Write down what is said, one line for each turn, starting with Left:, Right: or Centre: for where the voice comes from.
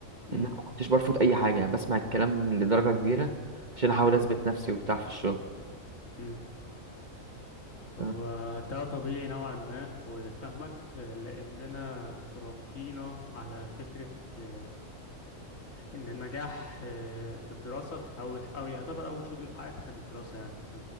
Left: امم
Right: إن أنا ما كنتش برفض أي حاجة يعني بسمع الكلام لدرجة كبيرة عشان أحاول أثبت نفسي وبتاع في الشغل
Left: امم هو
Right: آه،
Left: ده طبيعي نوعا ما وفاهمك لأننا اتربينا على فكرة آه، إن النجاح آه، في الدراسة إحنا أول أو يعتبر أول شغل في حياتنا كان الدراسة يعني ف-